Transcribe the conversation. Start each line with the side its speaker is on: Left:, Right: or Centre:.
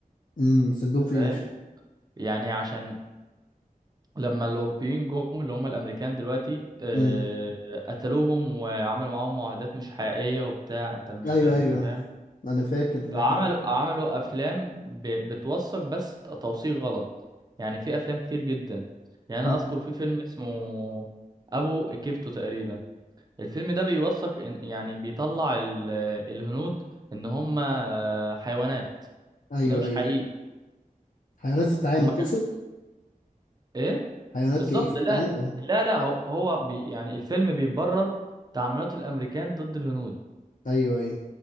Left: امم سندهم في
Right: انت فاهم
Left: ايه مش
Right: يعني عشان لما الأوروبيين جم اللي هم الأمريكان دلوقتي آه،
Left: فاهم
Right: قتلوهم وعملوا معاهم معاهدات مش حقيقية وبتاع أنت مش
Left: ايوه
Right: فا...
Left: ايوه
Right: أنت فاهم
Left: انا فاكر
Right: فعملوا
Left: حاجه زي كده
Right: عملوا أفلام ب... بتوثق بس توثيق غلط يعني في أفلام كتير جدا يعني
Left: مم.
Right: أنا أذكر في فيلم اسمه أبو إيكيبتو تقريبا الفيلم ده بيوثق إن... يعني بيطلع ال... الهنود إن هم آه، حيوانات
Left: ايوه
Right: وده مش
Left: ايوه
Right: حقيقي
Left: حيوانات في التعامل
Right: هم
Left: تقصد
Right: كان إيه
Left: حيوانات
Right: بالظبط
Left: كايه في التعامل
Right: لا
Left: اه
Right: لا لا هو هو بي يعني الفيلم بيبرر تعاملات الامريكان ضد الهنود
Left: ايوه ايوه